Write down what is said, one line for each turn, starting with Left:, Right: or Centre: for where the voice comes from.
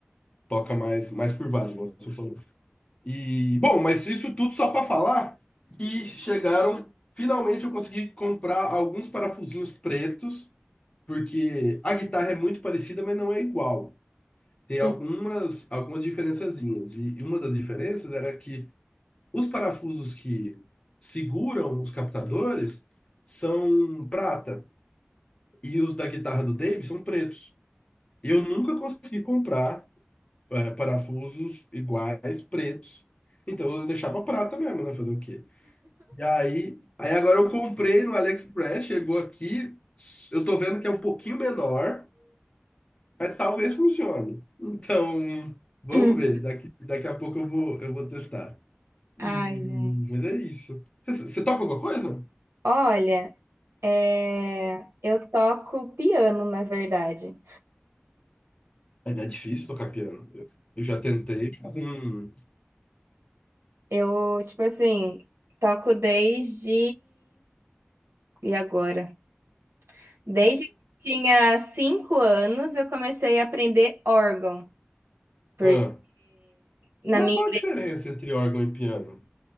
Left: toca mais, mais curvado, como você falou. E, bom, mas isso tudo só para falar que chegaram. Finalmente eu consegui comprar alguns parafusinhos pretos porque a guitarra é muito parecida, mas não é igual. Tem
Right: sim.
Left: algumas, algumas diferençazinhas. E e uma das diferenças era que os parafusos que seguram os captadores são prata e os da guitarra do Dave são pretos. Eu nunca consegui comprar eh, parafusos iguais, pretos. Então eu deixava prata mesmo, né? Fazer o quê? E aí, aí agora eu comprei no AliExpress, chegou aqui, eu tô vendo que é um pouquinho menor. Mas talvez funcione. Então, vamos
Right: Hum.
Left: ver. Daqui, daqui a pouco eu vou, eu vou testar.
Right: Ai,
Left: E,
Right: gente.
Left: mas é isso. Você, você toca alguma coisa?
Right: Olha, é, eu toco piano, na verdade.
Left: É, é difícil tocar piano. Eu, eu já tentei. mas, Hum,
Right: Eu, tipo assim, toco desde. E agora? Desde que eu tinha cinco anos, eu comecei a aprender órgão, porque
Left: ah,
Right: na
Left: mas
Right: minha.
Left: qual a diferença entre órgão e piano?